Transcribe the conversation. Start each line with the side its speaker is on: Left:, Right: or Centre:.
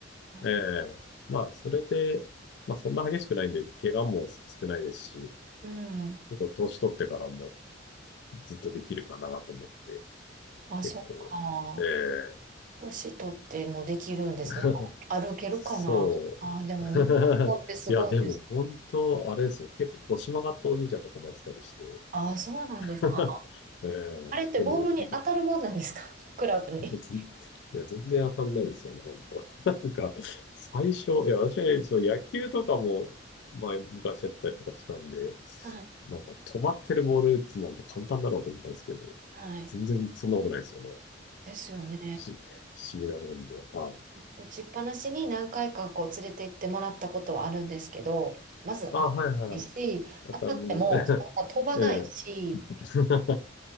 Left: え
Right: ー
Left: えまあそれで、まあそんな激しくないんで、怪我も少ないですし、
Right: うん。
Left: 結構年取ってからもずっとできるかなと思って、
Right: あ、
Left: 結構、
Right: そっか。
Left: ええ
Right: 年取ってもできるんですね。
Left: <laughs>
Right: 歩けるかな。
Left: そう。
Right: あー、でも日本語ってすごいです。
Left: <laughs> いや、でも本当、あれですよ。結構腰曲がったおじいちゃんとかもやってたりして。
Right: ああ、そうなんですか。
Left: <laughs> ええでも、
Right: あれってボールに当たるもんなんですか
Left: い <laughs>、
Right: <laughs> クラブに。
Left: 全いや、全然当たんないですよね、本当。<laughs> なんか、最初、いや、私、そう、野球とかも、前、昔やったりとかしたんで、
Right: はい。
Left: なんか、止まってるボール打つなんて簡単だろうと思ったんですけど、
Right: はい。
Left: 全然そんなことないですよね。
Right: ですよね。
Left: 不思、不思議なもんで。はい。
Right: 打ちっぱなしに何回かこう連れて行ってもらったことはあるんですけど、まず当たらないし、
Left: あ、はいはい。当たん、
Right: 当たってもそんな飛ばないし、
Left: <laughs> ええ <laughs>